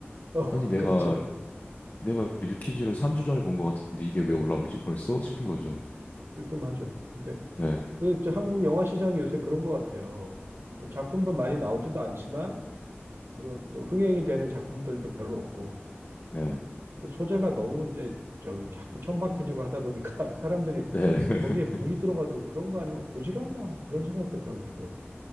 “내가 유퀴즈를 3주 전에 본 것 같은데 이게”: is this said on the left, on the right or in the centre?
Left